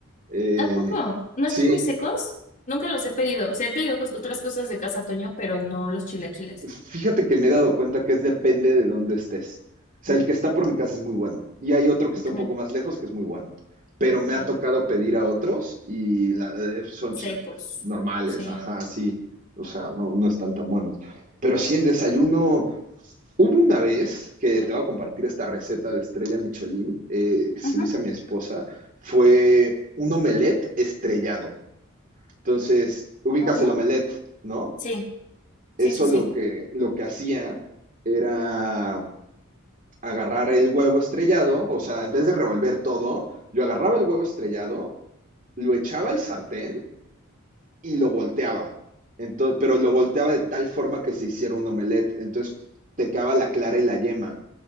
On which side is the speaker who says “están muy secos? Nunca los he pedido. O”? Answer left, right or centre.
Left